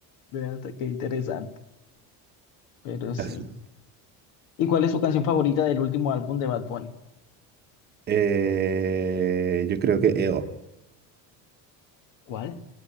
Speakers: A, on the left (about 55°); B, on the right (about 25°).
A: Vean, qué interesante, pero sí.
B: Así.
A: ¿Y cuál es su canción favorita del último álbum de Bad Bunny?
B: Eh, yo creo que EO.
A: ¿Cuál?